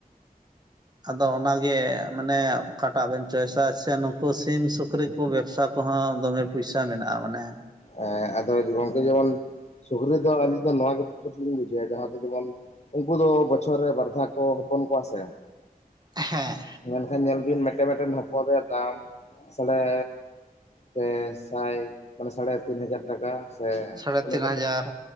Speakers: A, on the right; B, on the left.
A: ᱟᱫᱚ ᱚᱱᱟᱜᱮ ᱢᱟᱱᱮ ᱚᱠᱟᱴᱟᱜ ᱵᱮᱱ ᱪᱚᱭᱮᱥᱟ ᱥᱮ ᱱᱩ ᱠᱩ ᱥᱤᱢ ᱥᱩᱠᱨᱤ ᱠᱩ ᱵᱮᱵᱽᱥᱟ ᱠᱚᱦᱚᱸ ᱫᱚᱢᱮ ᱯᱚᱭᱥᱟ ᱢᱮᱱᱟᱜᱼᱟ ᱢᱟᱱᱮ
B: ᱦᱮᱸ ᱟᱫᱚ ᱜᱚᱝᱠᱮ ᱡᱮᱢᱚᱱ ᱥᱩᱠᱨᱤ ᱫᱚ ᱟᱹᱞᱤᱧ ᱫᱚ ᱱᱚᱣᱟ ᱜᱮ ᱯᱨᱚᱯᱷᱮᱴ ᱞᱤᱧ ᱵᱩᱡᱷᱟᱹᱣᱟ ᱡᱟᱦᱟᱸ ᱫᱚ ᱡᱮᱢᱚᱱ ᱩᱱᱠᱩ ᱫᱚ ᱵᱚᱪᱷᱚᱨ ᱨᱮ ᱵᱟᱨ ᱫᱷᱟᱣ ᱠᱚ ᱦᱚᱯᱚᱱ ᱠᱚᱣᱟ ᱥᱮ
A: ᱦᱮᱸ
B: ᱢᱮᱱᱠᱷᱟᱱ ᱧᱮᱞ ᱵᱤᱱ ᱢᱮᱴᱮᱱ ᱢᱮᱴᱮᱱ ᱦᱚᱯᱚᱱ ᱨᱮᱭᱟᱜ ᱫᱟᱢ ᱥᱟᱲᱮ ᱯᱮ ᱥᱟᱭ ᱢᱟᱱᱮ ᱥᱟᱲᱮ ᱛᱤᱱ ᱦᱟᱡᱟᱨ ᱴᱟᱠᱟ ᱥᱮ
A: ᱥᱟᱲᱮ
B: ᱩᱱᱟᱹᱜ
A: ᱛᱤᱱ
B: ᱠᱟᱛᱮ
A: ᱦᱟᱡᱟᱨ